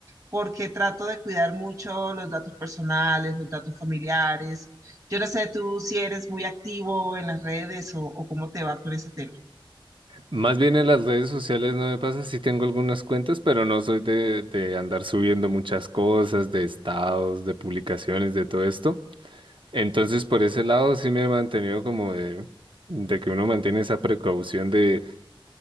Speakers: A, on the right; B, on the right.
A: porque trato de cuidar mucho los datos personales, los datos familiares. Yo no sé tú si eres muy activo en las redes o, o cómo te va con ese tema.
B: Más bien en las redes sociales no me pasa, sí tengo algunas cuentas, pero no soy de, de andar subiendo muchas cosas, de estados, de publicaciones, de todo esto. Entonces, por ese lado sí me he mantenido como de, de que uno mantiene esa precaución de